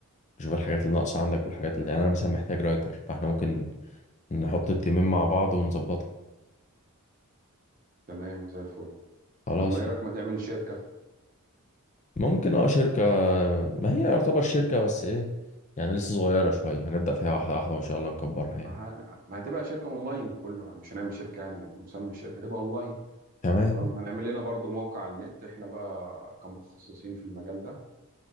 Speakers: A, on the left (about 30°); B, on the right (about 40°).
A: نشوف الحاجات اللي ناقصة عندك والحاجات اللي يعني انا مثلا محتاج رايتر فاحنا ممكن نحط التيمين مع بعض ونظبطها
B: تمام زي الفل
A: خلاص
B: طب ما ايه رأيك ما تعمل شركة
A: ممكن اه شركة ما هي يعتبر شركة بس ايه يعني لسه صغيرة شوية هنبدأ فيها واحدة واحدة وان شاء الله نكبرها يعني
B: ما ه- ما هتبقى شركة اونلاين كله يعني مش هنعمل شركة يعني مسمى الشركة هتبقى اونلاين
A: تمام
B: تمام هنعمل لنا برضو موقع على النت احنا بقى كمتخصصين في المجال ده